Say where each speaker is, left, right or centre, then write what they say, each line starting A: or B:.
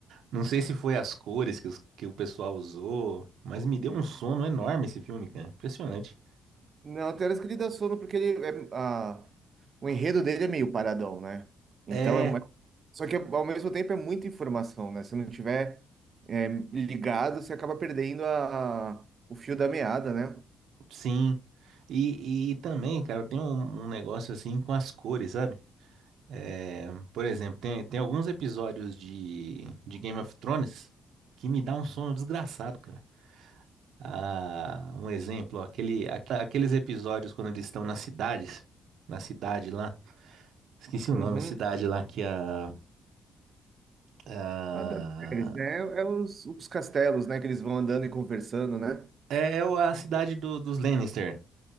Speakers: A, on the right; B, on the right.
A: Não sei se foi as cores que, os- que o pessoal usou, mas me deu um sono enorme esse filme, cara. Impressionante.
B: Não, tem horas que ele dá sono porque ele é, ah, o enredo dele é meio paradão, né? Então
A: É,
B: é uma- só que ao mesmo tempo é muita informação, né? Se não tiver é, ligado, você acaba perdendo a, o fio da meada, né?
A: sim. E, e também, cara, tem um, um negócio assim com as cores, sabe? É, por exemplo, tem, tem alguns episódios de, de Game of Thrones que me dá um sono desgraçado, cara. Ah, um exemplo, aquele, aqua- aqueles episódios quando eles estão nas cidades, na cidade lá, esqueci
B: Uhum.
A: o nome, a cidade lá que a, a-
B: A da Daenerys, né? É, é os, os castelos, né? Que eles vão andando e conversando, né?
A: é, é o- a cidade do- dos Lannister,